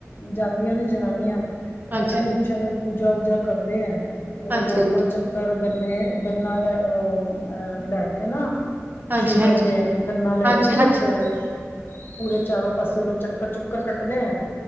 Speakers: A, on the left; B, on the right.
A: ਜਾਂਦੀਆਂ ਨੇ ਜਨਾਨੀਆਂ ਤੇ
B: ਹਾਂਜੀ
A: ਪਤਾ ਨੀ ਕੁਛ ਹੈ ਲੋਕ ਪੂਜਾ ਪੂਜਾ ਕਰਦੇ ਐ । ਤੇ ਉਹਦੇ
B: ਹਾਂਜੀ
A: ਗੋਲ ਗੋਲ ਚੱਕਰ ਗੰਨੇ ਗੰਨਾ ਲੈ ਅਹ ਲੈ ਕੇ ਨਾ
B: ਹਾਂਜੀ
A: ਸ਼ੂਗਰ
B: ਹਾਂਜੀ
A: ਕੇਨ ਗੰਨਾ ਲੈ
B: ਹਾਂਜੀ
A: ਕੇ
B: ਹਾਂਜੀ
A: ਤੇ ਪੂਰੇ ਚਾਰੋ ਪਾਸੇ ਲੋਕ ਚੱਕਰ ਚੁੱਕਰ ਕੱਟਦੇ ਐ।